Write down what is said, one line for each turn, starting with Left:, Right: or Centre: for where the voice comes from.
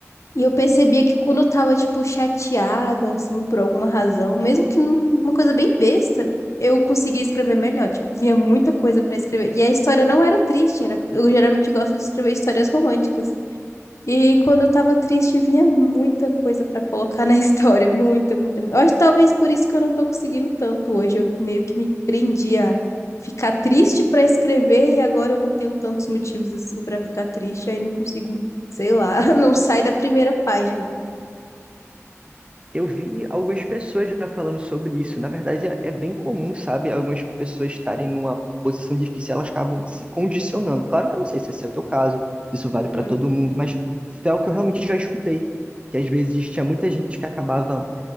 Left: E eu percebia que quando eu tava, tipo, chateada, assim, por alguma razão, mesmo que num- uma coisa bem besta, eu conseguia escrever melhor. Tipo, vinha muita coisa pra escrever. E a história não era triste, era... eu geralmente gosto de escrever histórias românticas. E quando eu tava triste, vinha muita coisa pra colocar na <laughs> história, muita, muita. Eu acho que talvez por isso que eu não tô conseguindo tanto hoje. Eu meio que me prendi a ficar triste pra escrever e agora eu não tenho tantos motivos assim pra ficar triste, aí não consigo, sei lá, <laughs> não sai da primeira página.
Right: Eu vi algumas pessoas já falando sobre isso. Na verdade, é é bem comum, sabe? Algumas pessoas estarem numa posição difícil, elas acabam se condicionando. Claro que eu não sei se esse é o teu caso, se isso vale para
Left: Hum.
Right: todo mundo, mas foi algo que eu realmente já escutei, que às vezes tinha muita gente que acabava